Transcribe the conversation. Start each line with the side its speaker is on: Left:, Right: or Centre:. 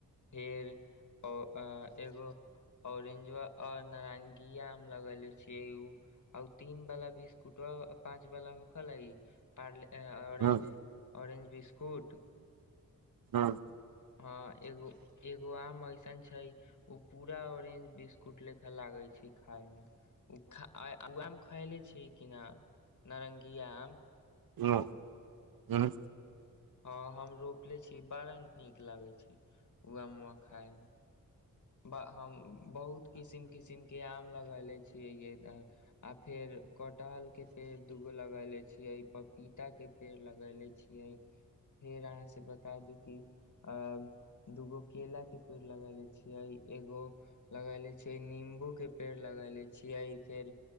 Left: फेर अ -ओ एगो औरेंजो आओर नारंगीया आम लगेले छियै आउ तीन बला बिस्कुटबा पाॅंच बला उ-खैलैई पारले ऑरेंज
Right: हूँ
Left: ऑरेंज बिस्कुट
Right: हाँ
Left: हँ एगो एगो आम ऐसन छै ओ पूरा ऑरेंज बिस्कुट जेकां लागै छै खाइमे खा -अ-ओउ आम खएले छीयै कि ना नारंगीया आम
Right: न- उँहूँ
Left: हाँ हम रोपले छी बड़ा नीक लागे छै उह आम खाइमे ब- हम बहुत किसिम किसिमके आम लगेले छियै इधर आ फेर कटहलके पेड़ दूगो लगैले छियै पपीताके पेड़ लगैले छियै फेर अहाँ से बता दूं की अऽऽ दूगो केला के पेड़ लगैले छी। एहि एगो लगेले छियै नीम्बूके पेड़ लगेले छियै फेर